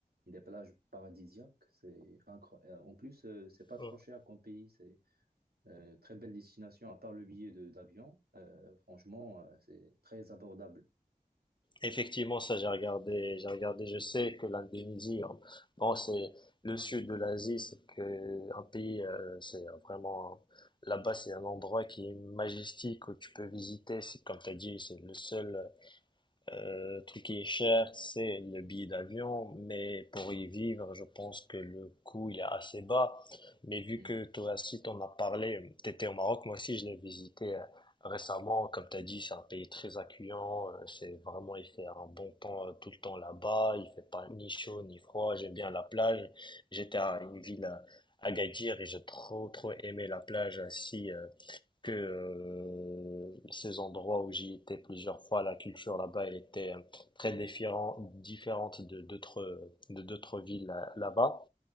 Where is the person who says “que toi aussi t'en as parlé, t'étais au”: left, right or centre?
Left